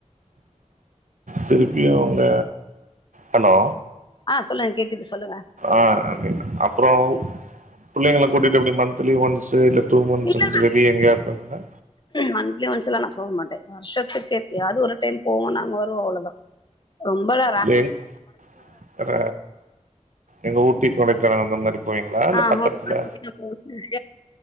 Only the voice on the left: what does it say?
ஆ சொல்லுங்க கேக்குது சொல்லுங்க
இல்ல
மந்த்லி ஒன்ஸ்லா நா போக மாட்டே வருஷத்துக்கு எப்பயாவது ஒரு டைம் போவோ நாங்க வருவோ அவ்வளதா ரொம்பளா
அ <unintelligible>